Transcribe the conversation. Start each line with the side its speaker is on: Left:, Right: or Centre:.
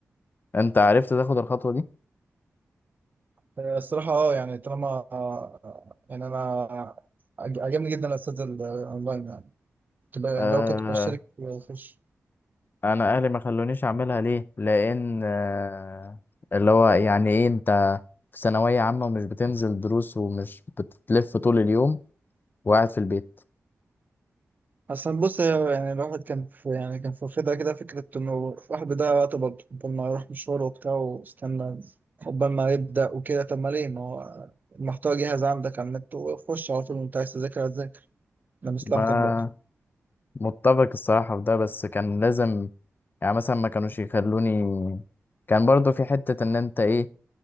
Left: انت عرفت تاخد الخطوة دي
Right: آه، الصراحة أه يعني طالما آه، يعني أنا عج- عجبني جدا الأستاذ الأونلاين يعني تبقى
Left: آه
Right: يعني لو كنت بشترك وأخش
Left: انا اهلي ما خلونيش اعملها ليه لان آه، اللي هو يعني ايه انت في ثانويه عامه ومش بتنزل دروس ومش بتلف طول اليوم وقاعد في البيت
Right: أصلا بص آه، يعني الواحد كان في يعني كان في واخدها كده فكرة إنه الواحد بيضيع وقته برضه قبل ما يروح مشوار وبتاع واستنى قبل ما يبدأ وكده طب ما ليه ما هو المحتوى جاهز عندك على النت وخش على طول وانت عايز تذاكر لمصلحتك
Left: ما
Right: برضه
Left: متفق الصراحه في ده بس كان لازم يعني مثلا ما كانوش يخلوني كان برضو في حته ان انت ايه